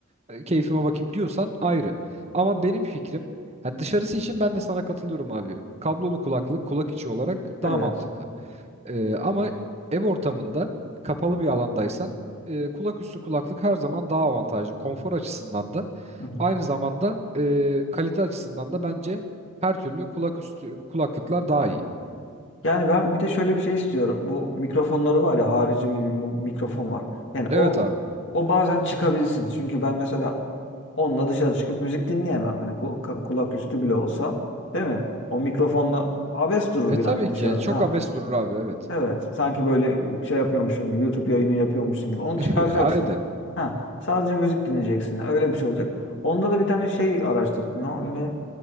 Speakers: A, on the right (about 30°); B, on the left (about 60°).
A: e, Keyfime bakayım diyorsan ayrı. Ama benim fikrim hani dışarısı için ben de sana katılıyorum abi. Kablolu kulaklık kulak içi olarak
B: Evet.
A: daha mantıklı. E, ama ev ortamında kapalı bir alandaysan e, kulak üstü kulaklık her zaman daha avantajlı. Konfor açısından da
B: Hı hı.
A: Aynı zamanda e, kalite açısından da bence her türlü kulak üstü kulaklıklar daha iyi.
B: Yani ben bir de şöyle bir şey istiyorum. Bu mikrofonları var ya harici mi- bir mikrofon var. Yani
A: Evet
B: o
A: abi.
B: o bazen çıkabilsin. Çünkü ben mesela onunla dışarı çıkıp müzik dinleyemem. Hani ku- ka- kulak üstü bile olsa, değil mi? O mikrofonla abes durur
A: E
B: yani
A: tabii
B: dışarıda.
A: ki çok
B: Ha.
A: abes durur abi evet.
B: Evet. Sanki böyle şey yapıyormuşsun gibi, YouTube yayını yapıyormuşsun gibi. Onu
A: <laughs>
B: çıkaracaksın.
A: Aynen.
B: Ha, sadece müzik dinleyeceksin. Öyle bir şey olacak. Onda da bir tane şey araştırdım. Ne, o- ne